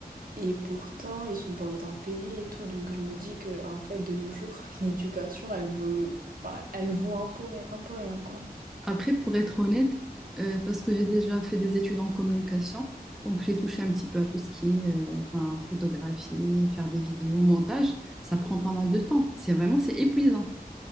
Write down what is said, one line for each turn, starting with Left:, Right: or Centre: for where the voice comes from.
Right: et pourtant ils sont pas autant payés et tout. Donc je me dis que en fait de nos jours <laughs> l'éducation elle veut, enfin elle vaut un peu rien, un peu rien quoi.
Centre: Après, pour être honnête, euh, parce que j'ai déjà fait des études en communication, donc j'ai touché un petit peu à tout ce qui est euh, enfin, photographie, faire des vidéos, montage, ça prend pas mal de temps. C'est vraiment, c'est épuisant.